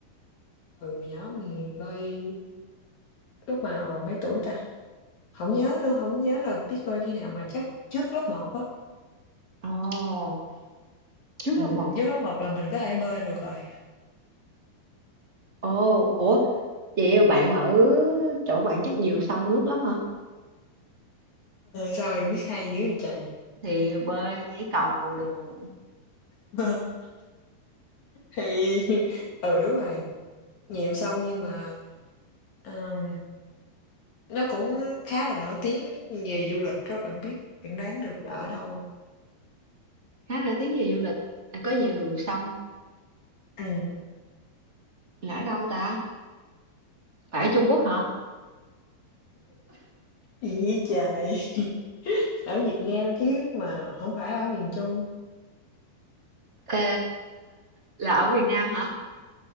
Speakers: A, on the left; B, on the right.
A: Ừ, hồi nhỏ mình bơi lúc mà mấy tuổi ta. Không nhớ nữa, không nhớ là biết bơi khi nào mà chắc trước lớp một á.
B: Ồ, trước
A: Ừm,
B: lớp một
A: nước lóc mọc là mình có thể bơi được rồi. <laughs>
B: Ồ, ủa vậy bạn ở chỗ bạn chắc nhiều sông nước lắm hả?
A: sao bạn biết hay dữ vậy trời?
B: thì bơi nhảy cầu đồ
A: <laughs> Thì ừ đúng rồi, nhiều sông nhưng mà ừm, nó cũng khá là nổi tiếng về du lịch đó bạn biết, bạn đoán được ở đâu không?
B: khá là tiếng về du lịch À, có nhiều sông
A: Ừm,
B: là ở đâu ta phải ở Trung Quốc hả
A: gì vậy trời? <laughs> Ở Việt Nam chứ mà không phải ở miền Trung.
B: Ờ, là ở miền Nam hả